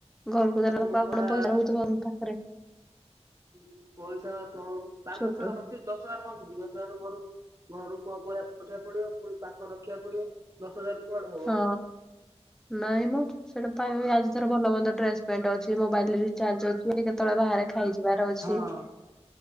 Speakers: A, in the centre; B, on the right.
A: ଘରକୁ ଦେଲା ବେଳକୁ
B: ରୁମ୍
A: ଆଉ
B: ଭଡା
A: କଣ ପଇସା ରହୁଥିବ ମ ପାଖରେ।
B: ଉଁ ପଇସା ପ୍ଲ ପାଞ୍ଚ
A: ଛୋଟ
B: ଦଶ ହଜାର ବଞ୍ଚୁଛି। ଦଶ ହଜାର ବଞ୍ଚୁଛି। ଦଶ ହଜାର ଘରୁକୁ ଘରୁ ପୁଅ <unintelligible> ପଡିବ ପୁଣି ପାଖରେ ରଖିବାକୁ ପଡିବ ଦଶ ହଜାର କୁଆଡେ ହବ।
A: ହଁ ନାଇଁ ମ ସେଇଟା <unintelligible> ଆଜି ଧର ଭଲ ମନ୍ଦ ଡ୍ରେସ ପେଣ୍ଟ ଅଛି। ମୋବାଇଲ ରିଚାର୍ଜ ଅଛି। କି କେତେବେଳେ ବାହାରେ ଖାଇଯିବାର ଅଛି।
B: ହଁ